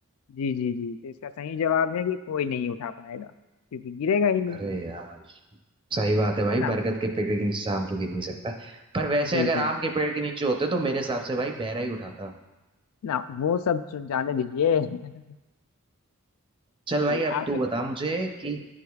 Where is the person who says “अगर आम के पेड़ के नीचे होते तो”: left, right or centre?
Right